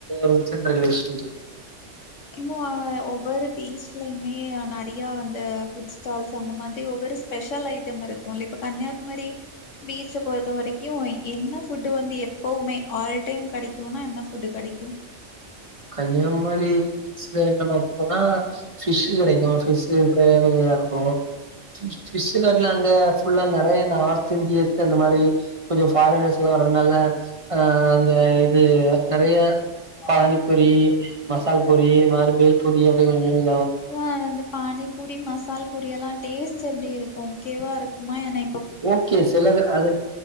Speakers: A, on the right (about 30°); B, on the left (about 80°).
A: ரூல்ஸ் அண்டு ரெகுலேசன்ஸ் இருக்கும்
B: இல்ல ஒவ்வொரு பீச்லயுமே நெறய வந்து ஃபுட் ஸ்டால்ஸ் அந்த மாரி ஒவ்வொரு ஸ்பெஷல் ஐட்டம் இருக்கும் இல்ல இப்ப கன்னியாகுமரி பீச்ச பொறுத்த வரைக்கும் என்ன ஃபுட் வந்து எப்பவுமே ஆல் டைம் கெடைக்கும்னா என்ன ஃபுட்டு கெடைக்கும்
A: கன்னியாகுமாரி என்ன பாக்க போனா ஃபிஸ்ஷு கெடைக்கும் ஃஸ்பிஷு தான் இருக்கும் ஃபிஸ்ஷு காட்டல அங்க புல்லா நெறய நார்த் இந்தியஸ் அந்த மாரி கொஞ்சம் ஃபாரினர்ஸ் எல்லாம் வர்றதுனால ஆஹ அந்த இது நெறய
B: ஆஹ
A: பூரி மசால் பூரி இந்த மாரி பேல் பூரி நீ எப்டி <unintelligible>
B: ஆஹ வந்து பானி பூரி மா மசால் பூரிய எல்லாம் டேஸ்ட் எப்டி இருக்கும் கேவா இருக்குமா என
A: ஓகே சில அது